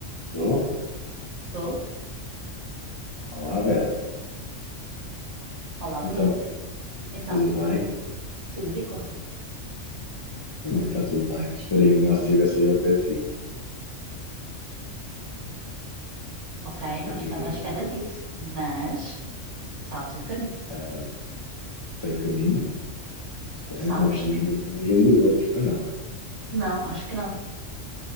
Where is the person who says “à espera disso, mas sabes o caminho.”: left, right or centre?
Right